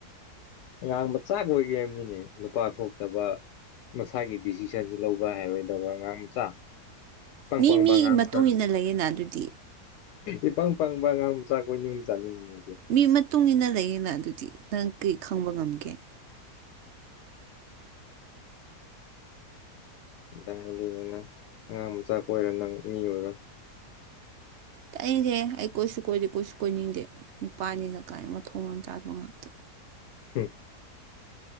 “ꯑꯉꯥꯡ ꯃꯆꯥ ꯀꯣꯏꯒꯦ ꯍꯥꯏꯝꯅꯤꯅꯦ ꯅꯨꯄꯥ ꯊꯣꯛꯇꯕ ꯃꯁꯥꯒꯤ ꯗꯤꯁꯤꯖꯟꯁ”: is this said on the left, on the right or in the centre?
Left